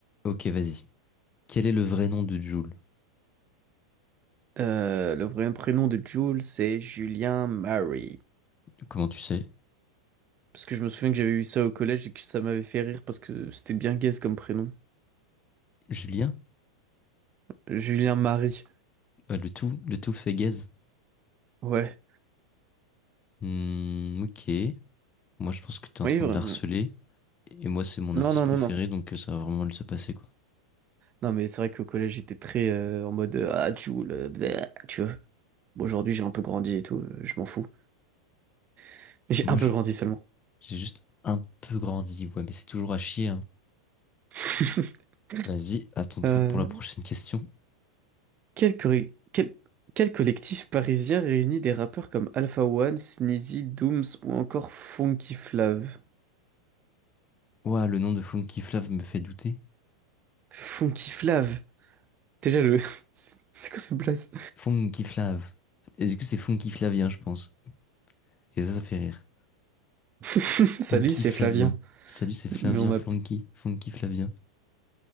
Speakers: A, on the left (about 25°); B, on the right (about 30°).
A: Ok, vas-y. Quel est le vrai nom de Jules?
B: Euh, le vrai prénom de Jules, c'est Julien Murray.
A: Comment tu sais?
B: Parce que je me souviens que j'avais eu ça au collège et que ça m'avait fait rire parce que c'était bien gaze comme prénom.
A: Julien?
B: Julien Marie.
A: Ah, le tout, le tout fait gaze.
B: Ouais.
A: Hmm, ok. Moi, je pense que t'es en
B: Oui,
A: train
B: vraiment.
A: de la harceler. Et moi, c'est mon artiste
B: Non, non,
A: préféré,
B: non, non.
A: donc euh, ça va vraiment mal se passer, quoi.
B: Non, mais c'est vrai qu'au collège, j'étais très euh, en mode euh, Ah, Jules, euh, bleh, tu vois. Bon, aujourd'hui, j'ai un peu grandi et tout, euh, je m'en fous. <laughs> J'ai
A: Moi,
B: un peu
A: je-
B: grandi seulement.
A: j'ai juste un peu grandi. Ouais, mais c'est toujours à chier, hein.
B: <laughs>
A: Vas-y, à ton tour
B: Euh,
A: pour la prochaine question.
B: quel, corri- quel- quel collectif parisien réunit des rappeurs comme Alpha One, Sneezy, Dooms ou encore Funky Flav?
A: Ouah, le nom de Funky Flav me fait douter.
B: Funky Flav? Déjà le... <laughs> C'est quoi ce blaze?
A: Funky Flav. Et du coup, c'est Funky Flavien, je pense. Et ça, ça fait rire.
B: <laughs> Salut,
A: Funky
B: c'est
A: Flavien.
B: Flavien.
A: Salut, c'est Flavien
B: Mais on m'a...
A: Flonky. Funky Flavien.